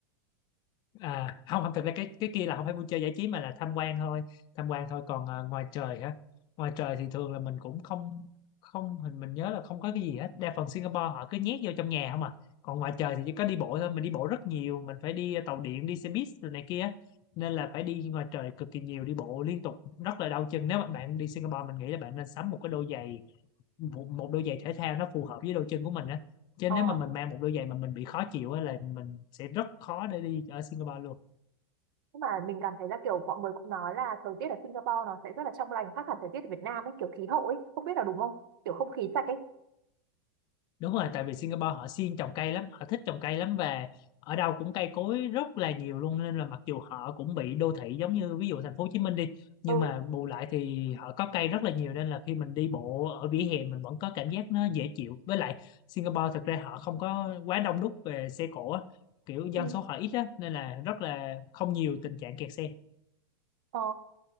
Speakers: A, on the left (about 35°); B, on the right (about 70°).
A: à không không thật ra cái cái kia là không phải vui chơi giải trí mà là tham quan thôi tham quan thôi còn ờ, ngoài trời hả ngoài trời thì thường là mình cũng không không mình mình nhớ là không có cái gì hết đa phần Singapore họ cứ nhét vô trong nhà không à còn ngoài trời thì chỉ có đi bộ thôi mình đi bộ rất nhiều mình phải đi à, tàu điện đi xe buýt rồi này kia nên là phải đi ngoài trời cực kỳ nhiều đi bộ liên tục rất là đau chân nếu mà bạn đi Singapore mình nghĩ là bạn nên sắm một cái đôi giày một, một đôi giày thể thao nó phù hợp với đôi chân của mình á chứ
B: ờ,
A: nếu mà mình mang một đôi giày mà mình bị khó chịu á là mình sẽ rất khó để đi ở Singapore luôn
B: nhưng mà mình cảm thấy là kiểu mọi người cũng nói là thời tiết ở Singapore nó sẽ rất là trong lành khác hẳn thời tiết ở Việt Nam ấy kiểu khí hậu ấy không biết là đúng không kiểu không khí sạch ấy
A: Đúng rồi, tại vì Singapore họ siêng trồng cây lắm, họ thích trồng cây lắm và ở đâu cũng cây cối rất là nhiều luôn nên là mặc dù họ cũng bị đô thị giống như ví dụ thành phố Hồ Chí Minh đi, nhưng
B: ừ,
A: mà bù lại thì họ có cây rất là nhiều nên là khi mình đi bộ ở vỉa hè mình vẫn có cảm giác nó dễ chịu. Với lại Singapore thật ra họ không có quá đông đúc về xe cộ á, kiểu dân
B: ừ.
A: số họ ít á nên là rất là không nhiều tình trạng kẹt xe.
B: Ờ,